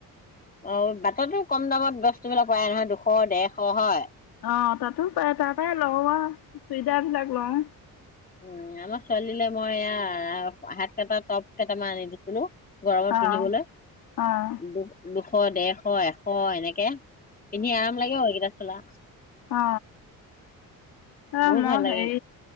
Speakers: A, on the left (about 25°); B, on the left (about 85°).
A: অ বাটতো কম দামত বস্তুবিলাক পাই নহয় দুশ ডেৰশ হয়
B: অ তাতো পই তাপাই লওঁ চুইজাাৰ বিলাক লওঁ
A: উ আমাৰ ছোৱালীলৈ মই এয়া হাত কেইটা টপ কেইটামান আনি দিছিলো গৰমত
B: অঁ
A: পিন্ধিবলৈ
B: অঁ
A: দু দুখ এশ দেৰশ এশ এনেকে পিন্ধি আৰাম লাগে অ একেইটা চোলা অ
B: অ অ
A: বহুত
B: মই
A: ভাল লাগে
B: সেই